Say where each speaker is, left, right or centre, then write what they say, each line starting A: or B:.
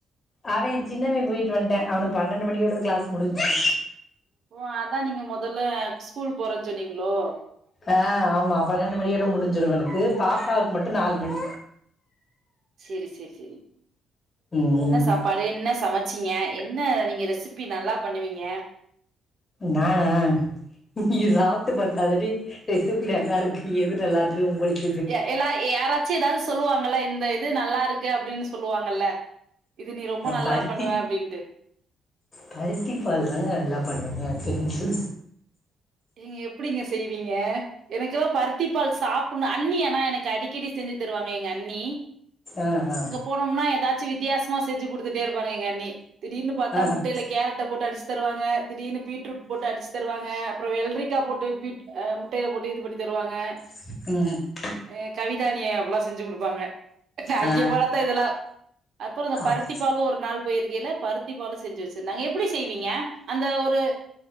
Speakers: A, on the left (about 35°); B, on the right (about 65°).
A: அவ சின்னவே போயிட்டு வன்ட்டா அவன்க்கு பன்னெண்டு மணியோட க்ளாஸ் முடிஞ்ச்சு
B: ஓ அதா நீங்க மொதல்ல ஸ்கூல் போறன்னு சொன்னீங்ளோ
A: ஆ ஆமா பன்னெண்டு மணியோட முடிஞ்சிடு இவ்னக்கு பாப்பாக்கு மட்டு நாலு மணி
B: சேரி சேரி சேரி
A: ம்
B: என்ன சாப் பழ என்ன சமச்சிங்க என்ன நீங்க ரெசிப்பி நல்லா பண்ணுவீங்க
A: நானா இங்க
B: ம்
A: சாப் ப்த்தாதடி ரெசிபி நல்லா இருக்கு எது நல்லா இருக்கு உங்களுக்கு
B: எ எல்லா யாராச்சு ஏதாது சொல்லுவாங்கல்ல இந்த இது நல்லா இருக்கு அப்டின் சொல்லுவாங்கல்ல இது நீ ரொம்ப
A: நா
B: நல்லா
A: பருத்தி
B: பண்ணுவ அப்டின்ட்டு
A: பருத்தி பால் தாங்க நல்லா பண்ணுவங்க எனக்கு தெரிஞ்சு
B: நீங்க எப்டிங்க செய்வீங்க எனக்குதா பருத்தி பால் சாப்புட்ணு அண்ணி ஏனா எனக்கு அடிக்கடி செஞ்சு தருவாங்க எங்க அண்ணி
A: ஆ ஆ
B: போனம்னா ஏதாச்சு வித்தியாசமா செஞ்சு கொடுத்துட்டே இருப்பாங்க எங்க அண்ணி திடீர்னு பாத்தா
A: ஆ
B: முட்டையில
A: ஆ
B: கேரட்ட போட்டு அடிச் தருவாங்க திடீர்னு பீட்ரூட் போட்டு அடிச்சு தருவாஹ அப்ரோ வெல்ரிக்கா போட்டு பீட் அ முட்டயில போட்டு இது பண்ணி தருவாங்க
A: <unintelligible>
B: ஏ கவிதா அண்ணி அப்ல்லா செஞ்சு கொடுப்பாங்க அங்கெ
A: ஆ
B: போனத்தா இதெல்லா அப்ரோ இந்த
A: அப்
B: பருத்தி பாலு ஒரு நாள் போய்ருகேலே பருத்தி பால செஞ்சு வச்சிருந்தாங்க எப்டி செய்வீங்க அந்த ஒரு